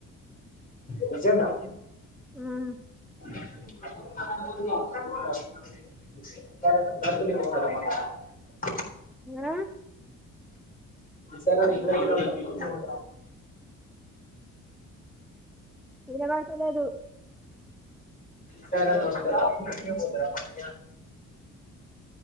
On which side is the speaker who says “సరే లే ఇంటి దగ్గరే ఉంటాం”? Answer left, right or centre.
Left